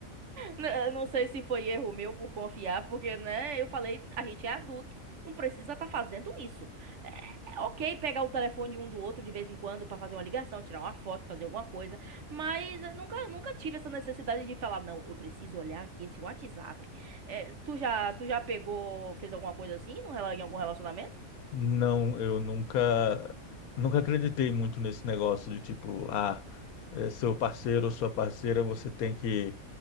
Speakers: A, on the right; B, on the left.
A: N- eh, Não sei se foi erro meu por confiar, porque, né, eu falei, a gente é adulto, não precisa estar fazendo isso. É, é ok pegar o telefone um do outro de vez em quando para fazer uma ligação, tirar uma foto, fazer alguma coisa, mas eu nunca, nunca tive essa necessidade de falar, não, eu preciso olhar aqui esse WhatsApp. É, tu já, tu já pegou, fez alguma coisa assim no, rela- em algum relacionamento?
B: Não, eu nunca, nunca acreditei muito nesse negócio de tipo, ah, é seu parceiro ou sua parceira, você tem que